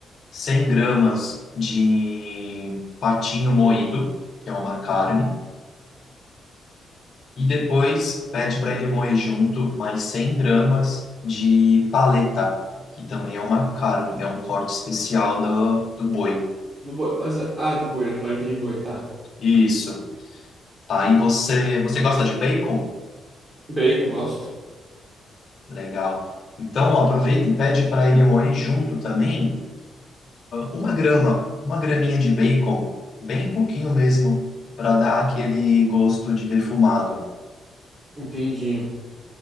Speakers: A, on the left; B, on the right.
A: 100 gramas de patinho moído, que é uma carne, e depois pede para ele moer junto mais 100 gramas de paleta, que também é uma carne, é um corte especial do, do boi.
B: Do boi, mas, ah, do boi, né? Paleta de boi, tá.
A: Isso. Aí você, você gosta de bacon?
B: Bacon, gosto.
A: Legal. Então, aproveita e pede para ele moer junto também uma grama, uma graminha de bacon, bem pouquinho mesmo, para dar aquele gosto de defumado.
B: Entendi.